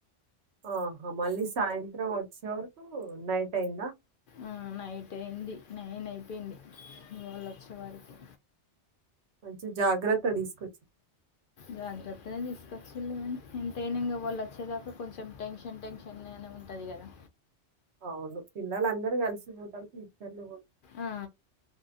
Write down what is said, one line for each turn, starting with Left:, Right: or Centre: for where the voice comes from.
Right: ఆహా మళ్ళీ సాయంత్రం వచ్చే వరకు నైట్ అయిందా?
Left: ఆ నైట్ అయింది. నైన్ అయిపోయింది, వాళ్లు వచ్చే వరికి.
Right: మంచి జాగ్రత్త తీసుకొచ్చి
Left: జాగ్రత్తనే తీస్ ఇ వచ్చిలే కానీ ఎంతైనా ఇంగ వాళ్ వచ్చేదాకా, కొంచెం టెన్షన్ టెన్షన్ గానె ఉంటుంది కదా!
Right: అవును. పిల్లలందరూ కలిసిపోతారు. టీచర్లు పో
Left: ఆ.